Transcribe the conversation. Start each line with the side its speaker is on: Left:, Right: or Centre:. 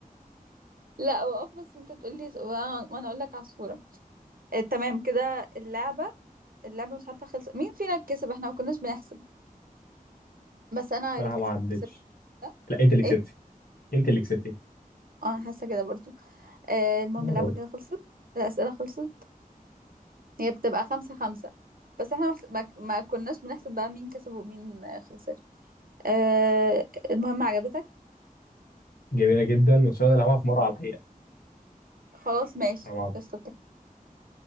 Right: لا وقف بس انت تقول لي وانا وأنا اقول لك عصفورة آه، تمام كده اللعبة اللعبة مش عارفة خلص مين فينا كسب احنا ما كناش بنحسب بس انا
Left: صراحه
Right: اللي كسب
Left: ما عدتش
Right: كسبت ده
Left: لا انت اللي كسبتي
Right: ايه
Left: انت اللي كسبتي
Right: اه انا حاسة كده برضو آه المهم
Left: برضه
Right: اللعبة كده خلصت الأسئلة خلصت هي بتبقى خمسة خمسة بس احنا محس- ما, ما كناش بنحسب بقى مين كسب ومين آه، خسر آه المهم عجبتك
Left: جميله جدا وان شاء الله نلعبها في مره على الحقيقه
Right: خلاص ماشي
Left: مع بعض
Right: قشطة